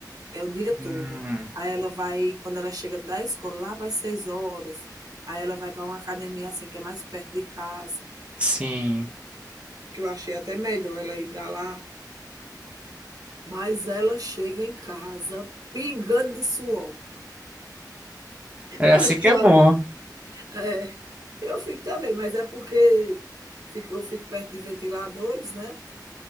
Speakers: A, on the right; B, on the right.
A: É o dia
B: Hum,
A: todo. Aí ela vai quando ela chega da escola, lá para as 18h, aí ela vai para uma academia, assim, que é mais perto de casa,
B: sim.
A: que eu achei até melhor ela ir para lá, mas ela chega em casa pingando de suor.
B: É
A: Acho
B: assim que
A: que
B: é
A: lá
B: bom.
A: é, eu fico também, mas é porque fico eu fico perto de ventiladores, né,